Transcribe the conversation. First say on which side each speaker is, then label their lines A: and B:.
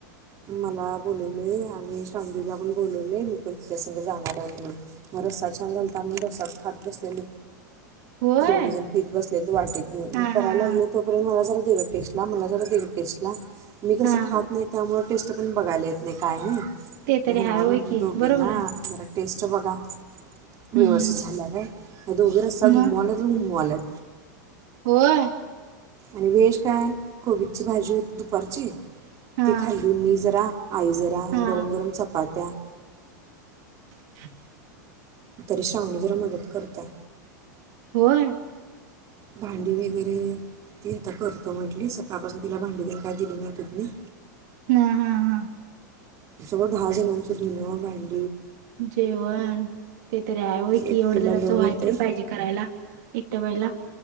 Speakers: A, on the right; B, on the right.
A: मला बोलवलंय आणि शांधला पण बोलवलेय मी पण तिच्यास जाणार आहे म्हणून मग रस्सा छान झालता तर म्हणून रसाात खात बसलेले.
B: होय.
A: दोघे जण पित बसलेले तर वाटीत घेऊन
B: हा,
A: मी करायला
B: हा, हा.
A: लागल तोपर्यंत मला जर. तेव टेस्टला मला जरा दिली टेस्टला. मी कसं
B: हा.
A: खात नाही त्यामुळे. टेस्ट पण बघायला येत नाही काय नाही.
B: ते तरी
A: मग यांना
B: हाय होय
A: म्हणलं
B: की
A: दोघींना
B: बरोबर आहे.
A: च बघा. व्यवस्थित
B: हम्म.
A: झाल्या का? दोघी रस्सा घुमवाल्यातच
B: मग
A: घुमवाल्यात.
B: होय
A: आणि व्हेज काय कोबीची भाजी होती दुपारची.
B: हा,
A: ती खाल्ली मी जरा. आई जरा आणि
B: हा.
A: गरम गरम चपात्या.
B: <inaudible>
A: तरी श्रावणी जरा मदत करत्या.
B: होय
A: भांडी वगैरे ती आता करतो म्हंटली, सकाळपासून तिला भांडी त्यांनी काय दिली नव्हती मी.
B: ह हा हा
A: सगळ दहा जणांचा धनवाग आहे.
B: जेवण ते तरी आहेवय कि
A: एकटीला
B: एवढं जणांच
A: लोड
B: व्हायतरी
A: होते
B: पाहिजे करायला एकट्या बाईला.